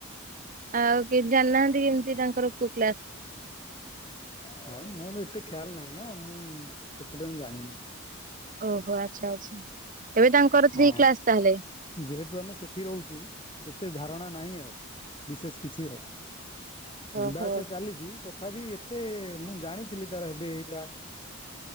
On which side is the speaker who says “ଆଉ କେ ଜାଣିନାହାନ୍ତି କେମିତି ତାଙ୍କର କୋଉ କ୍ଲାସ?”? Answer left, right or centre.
Right